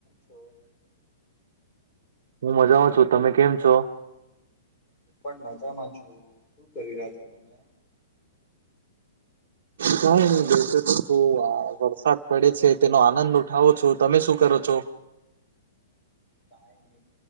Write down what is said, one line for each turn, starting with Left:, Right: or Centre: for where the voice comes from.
Left: તો,
Right: હું મજા ઓ છું, તમે કેમ છો?
Left: હું પણ મજામાં છું, શું કરી રહ્યા છો તમે.
Right: કઈ નહી બેસે તો શું વરસાદ પડે છે તેનો આનંદ ઉઠાવો છો તમે શું કરો છો?
Left: કાય ન